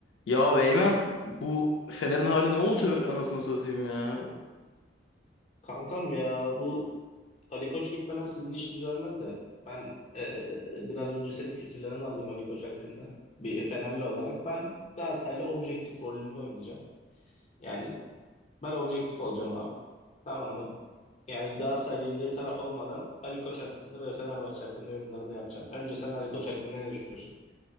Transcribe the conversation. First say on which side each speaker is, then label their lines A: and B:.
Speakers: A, on the left; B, on the left.
A: Ya Eymen bu Fener'in hali ne olacak anasını satayım ya.
B: Kankam ya bu Ali Koç gitmeden sizin iş düzelmez de ben eee, biraz önce senin fikirlerini alayım Ali Koç hakkında. Bir Fenerli olarak ben Galatasaray'la objektif rolünde oynayacağım. Yani ben objektif olacağım abi. Tamamen yani Galatasaraylıyım diye taraf olmadan Ali Koç hakkında ve Fenerbahçe hakkında yorumlarımı yapacağım. Önce sen Ali Koç hakkında ne düşünüyorsun?